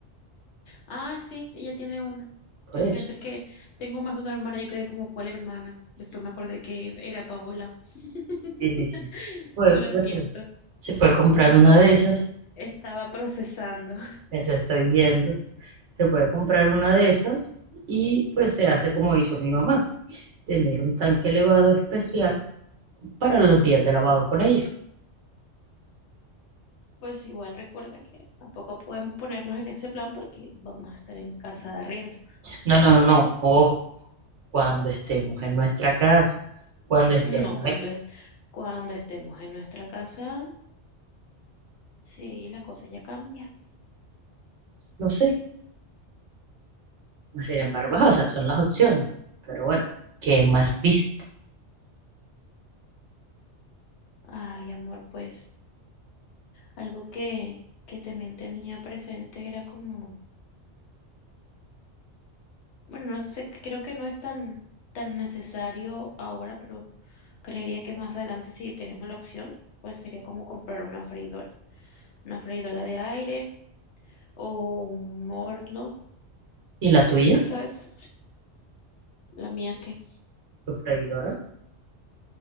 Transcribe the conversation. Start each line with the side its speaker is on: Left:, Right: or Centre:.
Left: Ah, sí, ella tiene una.
Right: por
Left: Yo
Right: eso.
Left: siento, es que tengo más de una hermana, yo quedé como, ¿cuál hermana? Después me acordé que era Paola. <laughs>
Right: Sí, sí, sí. Pues
Left: Lo siento,
Right: después se puede comprar
Left: estaba,
Right: una de esas,
Left: estaba procesando.
Right: eso estoy viendo, se puede comprar una de esas y pues se hace como hizo mi mamá, tener un tanque elevado especial para los días de lavado con ella.
Left: Pues igual recuerda que tampoco podemos ponernos en ese plan porque vamos a estar en casa de arriendo.
Right: No, no, no, no, ojo, cuando estemos en nuestra casa, cuando estemos,
Left: No, cuando
Right: en-
Left: es, cuando estemos en nuestra casa, sí, la cosa ya cambia.
Right: no sé, Pues, Sin embargo, ajá, o sea, son las opciones. Pero bueno, ¿qué más viste?
Left: Ay, amor, pues. Algo que, que también tenía presente era como, bueno, no sé, creo que no es tan, tan necesario ahora, pero creería que más adelante si tenemos la opción, pues sería como comprar una freidora, una freidora de aire o un horno,
Right: ¿Y la tuya?
Left: ¿sabes? La mía que
Right: Tu freidora.